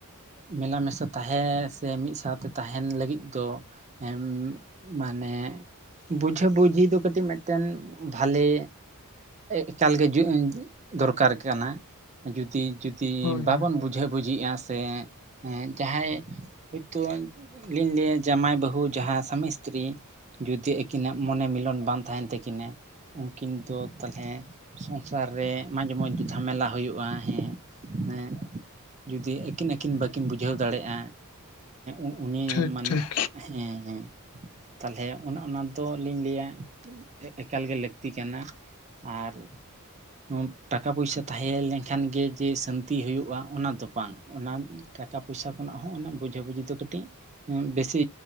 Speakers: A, on the right; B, on the left.
A: ᱢᱮᱞᱟ ᱢᱮᱥᱟ ᱛᱟᱦᱮᱸ ᱥᱮ ᱢᱤᱫ ᱥᱟᱸᱣᱛᱮᱼᱼ ᱛᱟᱦᱮᱸᱱ ᱞᱟᱹᱜᱤᱫ ᱫᱚ ᱮᱸᱢ ᱢᱟᱱᱮᱼᱼ ᱵᱩᱡᱷᱟᱹ ᱵᱩᱡᱷᱤ ᱫᱚ ᱠᱟᱹᱴᱤᱡ ᱢᱤᱫᱴᱮᱱ ᱵᱷᱟᱞᱮᱼᱼ ᱮᱠᱟᱞ ᱜᱮ <unintelligible> ᱫᱚᱨᱠᱟᱨ ᱠᱟᱱᱟ᱾ ᱡᱩᱫᱤ-ᱡᱩᱫᱤ
B: ᱦᱳᱭ
A: ᱵᱟᱵᱚᱱ
B: ᱦᱳᱭ
A: ᱵᱩᱡᱷᱟᱹ ᱵᱩᱡᱷᱤᱜ-ᱟ ᱥᱮᱸᱼᱼ ᱦᱮᱸ ᱡᱟᱦᱟᱸᱭ ᱦᱳᱭᱛᱳ ᱞᱤᱧ ᱞᱟᱹᱭᱟ ᱡᱟᱢᱟᱭ, ᱵᱟᱹᱦᱩ ᱡᱟᱦᱟᱸ ᱥᱟᱢᱤᱥᱛᱨᱤᱼᱼ ᱡᱩᱫᱤ ᱟᱹᱠᱤᱱᱟᱜ ᱢᱚᱱᱮ ᱢᱤᱞᱚᱱ ᱵᱟᱝ ᱛᱟᱦᱮᱸᱱ ᱛᱟᱹᱠᱤᱱᱟᱼᱼ ᱩᱱᱠᱤᱱ ᱫᱚ ᱛᱟᱞᱦᱮ ᱥᱚᱝᱥᱟᱨ ᱨᱮ ᱢᱟᱡᱷᱮ ᱢᱳᱫᱫᱷᱮ ᱡᱷᱟᱢᱮᱞᱟ ᱦᱳᱭᱳᱜ-ᱟ, ᱦᱮᱸ ᱦᱮᱸ ᱡᱩᱫᱤ ᱟᱹᱠᱤᱱ-ᱟᱹᱠᱤᱱ ᱵᱟᱹᱠᱤᱱ ᱵᱩᱡᱷᱟᱹᱣ ᱫᱟᱲᱮᱜ-ᱟ ᱩ-ᱩᱱᱤ
B: ᱴᱷᱤᱠ
A: ᱢᱟᱱᱮ
B: ᱴᱷᱤᱠ
A: ᱦᱮᱸ-ᱦᱮᱸ ᱛᱟᱞᱦᱮ ᱚᱱᱮ ᱚᱱᱟ ᱫᱚᱞᱤᱧ ᱞᱟᱹᱭᱟᱼᱼ ᱮ-ᱮᱠᱟᱞ ᱜᱮ ᱞᱟᱹᱠᱛᱤ ᱠᱟᱱᱟ, ᱟᱨᱼᱼ <unintelligible> ᱴᱟᱠᱟ ᱯᱚᱭᱥᱟ ᱛᱟᱦᱮᱸ ᱞᱮᱱᱠᱷᱟᱱ ᱜᱮ ᱡᱮ ᱥᱟᱹᱱᱛᱤ ᱦᱳᱭᱳᱜ-ᱟ ᱚᱱᱟ ᱫᱚ ᱵᱟᱝ ᱚᱱᱟᱼᱼ ᱴᱟᱠᱟ ᱯᱚᱭᱥᱟ ᱠᱷᱚᱱᱟᱜ ᱦᱚᱸ ᱚᱱᱟ ᱵᱩᱡᱷᱟᱹ-ᱵᱩᱡᱷᱤ ᱫᱚ ᱠᱟᱹᱴᱤᱡ ᱵᱮᱥᱤ